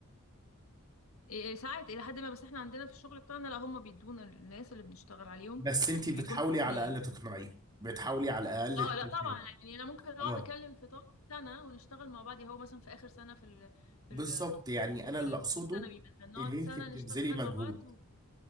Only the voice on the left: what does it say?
إيه- إيه، ساعات الى حد ما بس احنا عندنا في الشغل بتاعنا لا هم بيدونا الناس اللي بنشتغل عليهم
اللي
بيكونوا اوريدي
اه
لا
طبعا يعني انا ممكن اقعد
اكلم في طول سنه ونشتغل مع بعض يعني هو مثلا في اخر سنه في ال...
في ال...
في
ال-
في الثانوي مثلا نقعد
سنه
نشتغل
مع بعض و...